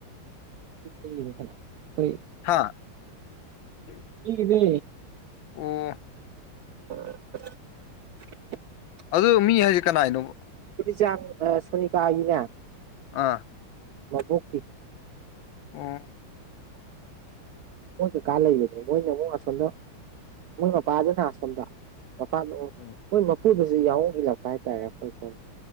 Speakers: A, on the right; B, on the left.
A: ꯂꯩꯅꯤ ꯀꯩꯅꯣ ꯑꯩꯈꯣꯏ
B: ꯍꯥꯥ <unintelligible> <inaudible>
A: ꯃꯤꯒꯤꯅꯦ
B: ꯑꯣ
A: ꯑ <unintelligible> <inaudible>
B: ꯑꯗꯨ ꯃꯤ ꯍꯥꯏꯁꯦ ꯀꯅꯥ ꯍꯥꯏꯅꯣ
A: ꯑꯗꯨ ꯆꯥꯛ ꯑ ꯁꯣꯅꯤꯀꯥꯒꯤꯅ
B: ꯑ <unintelligible> <inaudible>
A: ꯃꯕꯨꯛꯀꯤ
B: ꯎꯝ
A: ꯃꯣꯏ ꯀꯀꯥ ꯂꯩꯕꯅꯦ ꯃꯣꯏꯅ ꯑꯃꯨꯛ ꯑꯁꯣꯝꯗ ꯃꯣꯏ ꯃꯄꯥꯁꯤꯅ ꯑꯁꯣꯝꯗ ꯃꯄꯥꯗ
B: ꯑꯣ
A: ꯃꯣꯏ ꯃꯄꯨꯗꯨꯁꯨ ꯌꯥꯎ ꯏꯜꯂꯛꯄ ꯍꯥꯏꯇꯥꯔꯦ ꯑꯩꯈꯣꯏ ꯁꯣꯝꯗ